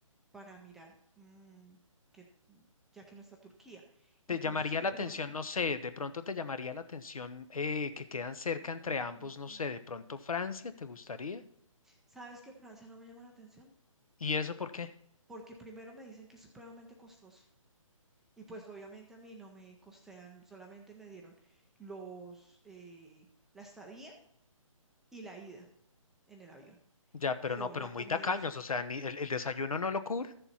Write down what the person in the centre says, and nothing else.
para mirar mm, que mm, ya que no está Turquía.
Entonces,
de
pronto,
ujú,
¿sabes que Francia no me llama la atención?
Porque primero me dicen que es supremamente costoso. Y pues obviamente a mí no me costean, solamente me dieron los eh, la estadía y la ida en el avión.
Pero
la
comida,
eso